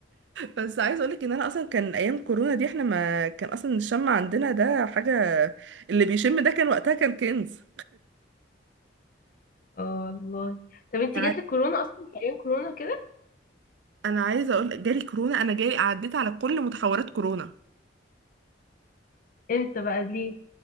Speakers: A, on the right (about 70°); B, on the left (about 45°).
A: بس عايز اقولك ان انا اصلا كان ايام كورونا دي احنا ما كان اصلا الشم عندنا ده حاجة اللي بيشم ده كان وقتها كان كنز
B: اه والله طب انتي
A: ع-
B: جاتلك كورونا اصلا في ايام كورونا كده
A: انا عايزه اقول جالي كورونا انا جالي عديت على كل متحورات كورونا
B: امتى بقى ليه